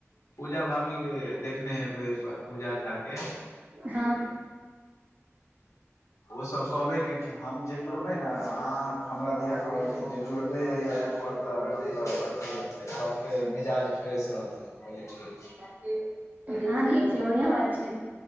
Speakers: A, on the left; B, on the right.
A: पूजा भाभीके देखने हेबै ओहिपर पूजा झाके।
B: हँ
A: ओसभ कहबे केलखिन हम जे जुड़बै ने अहाँ हमरा दिआ कहलखिन जे जुड़बै अ ऐपपर तऽ मतलब अथी हेतै सबके मिजाज फ्रेश रहतै हम कहलिए ठीक छै।
B: हँ नीक छै बढ़िआ बात छै।